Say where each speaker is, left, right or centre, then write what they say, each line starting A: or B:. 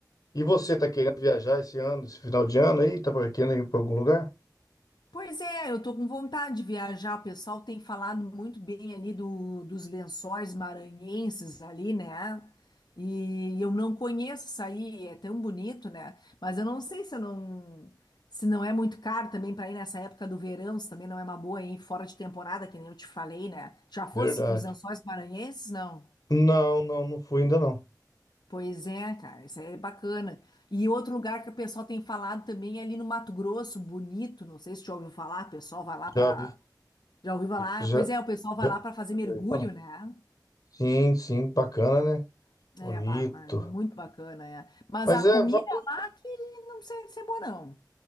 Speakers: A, on the left; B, on the left.
A: E você tá querendo viajar esse ano, esse final de ano aí? Tá querendo ir pra algum lugar?
B: Pois é, eu tô com vontade de viajar. O pessoal tem falado muito bem ali do, dos lençóis maranhenses ali, né? E eu não conheço isso aí, é tão bonito, né? Mas eu não sei se eu não se não é muito caro também para ir nessa época do verão, se também não é uma boa ir fora de temporada, que nem eu te falei, né? Já fosse
A: Verdade.
B: para os lençóis maranhenses, não?
A: Não, não, não fui ainda não.
B: Pois é, cara, isso aí é bacana. E outro lugar que o pessoal tem falado também é ali no Mato Grosso, bonito, não sei se já ouviu falar, o pessoal vai lá para
A: Já vi.
B: já ouvi falar?
A: Já,
B: Pois é, o pessoal vai
A: já...
B: lá para fazer mergulho,
A: fala.
B: né?
A: Sim, sim, bacana, né? Bonito.
B: É, pá, mas muito bacana, é. Mas
A: Mas
B: a
A: é.
B: comida
A: va-
B: lá que não sei se é boa, não.